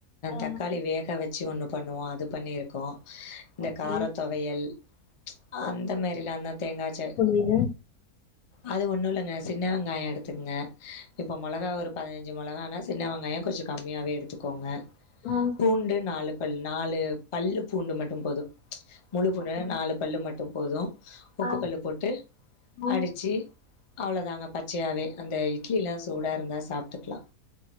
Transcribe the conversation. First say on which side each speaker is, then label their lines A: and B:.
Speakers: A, on the left; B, on the left.
A: ஆ
B: தக்காளி வேக வச்சு ஒண்ணு பண்ணுவோ அது பண்ணியிருக்கோ இந்த
A: ஓகே
B: கார துவையல் அந்த மாரிலா அந்த தேங்காச்
A: நீங்க
B: அது ஒன்னு இல்லங்க சின்ன வெங்காயோ எடுத்துக்கங்க இப்போ மெளகா ஒரு பதினஞ்சு மெளகானா சின்ன வெங்காயோ கொஞ்சோ கம்மியாவே எடுத்துக்கோங்க
A: ஆ
B: பூண்டு நாலு பல்லு நாலு பல்லு பூண்டு மட்டு போது முழுப்பூண்ட
A: ஓகே.
B: நாலு பல்லு மட்டு போது உப்பு
A: ஆ
B: கல்லு போட்டு
A: ஆ
B: அடிச்சி அவ்ளோதாங்க பச்சையாவே அந்த இட்லி எல்லா சூடா இருந்தா சாப்ட்டுக்கலா